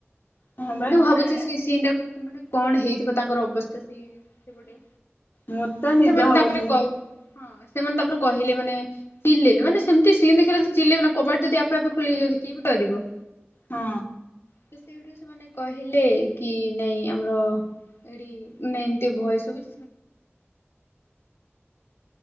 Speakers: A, on the left (about 45°); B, on the left (about 65°).
A: ହଁ ବା
B: ମୁଁ ଭାବୁଚି ସେ ସିନ୍ ଟା ମାନେ କଣ ହେଇଥିବ ତାଙ୍କର ଅବସ୍ଥା ସେ ସେପଟେ।
A: ମୁଁ ତ
B: ମାନେ
A: ନିଦ
B: ସେମାନେ
A: ହବନି।
B: ତାପରେ କହି ହଁ ସେମାନେ ତାପରେ କହିଲେ ମାନେ ଚିଲେଇଲେ ମାନେ ସେମତି ସିନ୍ ଦେଖିଲେ ତ ଚିଲେଇ ନା କବାଟ ଯଦିପେ ଆପେ ଖୋଲିଇଯାଉ କିଏବି ଡରିବ।
A: ହଁ
B: ସେ ସେଇଠୁ ସେମାନେ କହିଲେ କି ନାଇଁ ଆମର ଏଠି ଏମତି ଭୟ ସବୁ